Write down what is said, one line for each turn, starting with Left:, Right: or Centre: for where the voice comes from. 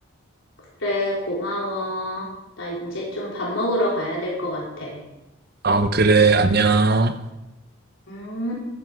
Left: 그래, 고마워. 나 이제 좀 밥 먹으러 가야 될 것 같아.
Right: 아, 그래, 안녕.
Left: 음.